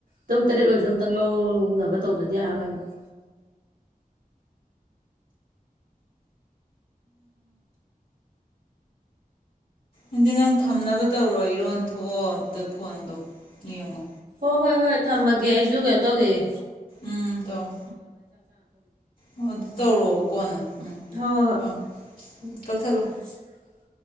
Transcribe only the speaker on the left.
ꯑꯗꯨꯗꯤ ꯅꯪ ꯊꯝꯅꯕ ꯇꯧꯔꯣ ꯏꯔꯣꯟ ꯊꯣꯛꯑꯣ ꯑꯝꯇ ꯐꯣꯟꯗꯣ ꯌꯦꯡꯉꯣ
ꯎꯝ ꯇꯧꯔꯣ ꯎꯝ ꯑꯗꯨ ꯇꯧꯔꯣꯕ ꯀꯣꯟꯅ
ꯎꯝ ꯎꯝ
ꯀꯛꯊꯠꯂꯣ